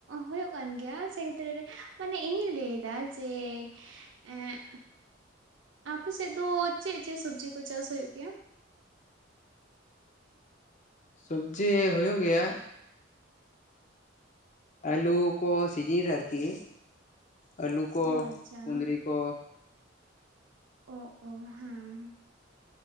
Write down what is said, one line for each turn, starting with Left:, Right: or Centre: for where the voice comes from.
Right: ᱦᱩᱭᱩᱜ ᱠᱟᱱ ᱜᱮᱭᱟ ᱥᱮ ᱠᱷᱮᱛᱨᱮ ᱨᱮ ᱢᱟᱱᱮ ᱤᱧᱤᱧ ᱞᱟᱹᱭ ᱮᱫᱟ ᱡᱮ ᱮᱸᱜ ᱟᱯᱮ ᱥᱮᱫ ᱫᱚ ᱪᱮᱫ ᱪᱮᱫ ᱥᱚᱵᱡᱤ ᱠᱚ ᱪᱟᱥ ᱦᱩᱭᱩᱜ ᱜᱮᱭᱟ
Left: ᱥᱚᱵᱡᱤ ᱦᱩᱭᱩᱜ ᱜᱮᱭᱟ ᱟᱹᱞᱩ ᱠᱚ ᱥᱤᱡᱤᱱ ᱨᱮ ᱟᱨᱠᱤ ᱟᱹᱞᱩ ᱠᱚ
Right: ᱚ ᱟᱪᱪᱷᱟ
Left: ᱠᱩᱫᱽᱨᱤ ᱠᱚ
Right: ᱳ ᱳ ᱦᱮᱸ